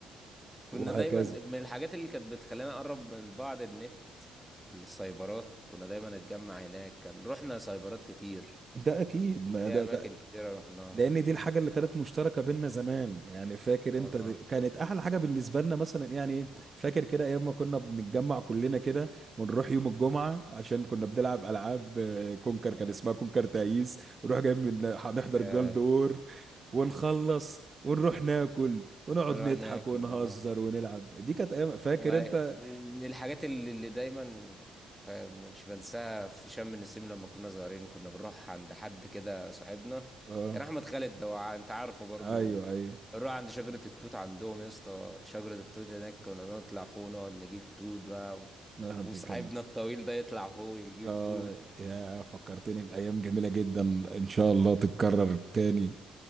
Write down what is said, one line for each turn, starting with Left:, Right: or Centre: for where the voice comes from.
Centre: كنا
Right: وهكذا
Centre: دايما من الحاجات اللي كانت بتخلينا نقرب من بعض النت السايبرات كنا دايما نتجمع هناك كان رحنا سايبرات كتير
Right: ده اكيد ما
Centre: في
Right: ده
Centre: أماكن
Right: ده
Centre: كتيرة رحناها
Right: لان دي الحاجه اللي كانت مشتركه بينا زمان يعني فاكر
Centre: اه
Right: انت دي كانت احلى حاجه بالنسبه لنا مثلا يعني إيه؟ فاكر كده ايام ما كنا بنتجمع كلنا كده ونروح يوم الجمعه عشان كنا بنلعب العاب آه، كونكر
Centre: اه
Right: كان اسمها كونكر تعيس ونروح جاي من هنحضر
Centre: يا
Right: جولد وور ونخلص ونروح ناكل ونقعد
Centre: نروح
Right: نضحك
Centre: ناكل
Right: ونهزر
Centre: اه
Right: ونلعب دي كانت ايام فاكر
Centre: و...
Right: انت
Centre: ومن الحاجات اللي, اللي دايما ف- مش بنساها في شم النسيم لما كنا صغيرين كنا بنروح عند حد كده صاحبنا
Right: اه
Centre: كان احمد خالد هو ع- انت عارفه برضو
Right: ايوه ايوه
Centre: نروح عند شجرة التوت عندهم يا اسطى شجرة التوت هناك كنا نطلع فوق ونقعد نجيب توت بقى و...
Right: آه،
Centre: وصاحبنا
Right: دي كان
Centre: الطويل ده يطلع فوق يجيب
Right: اه
Centre: توت
Right: يا فكرتني بأيام جميلة جدا إن شاء الله تتكرر تاني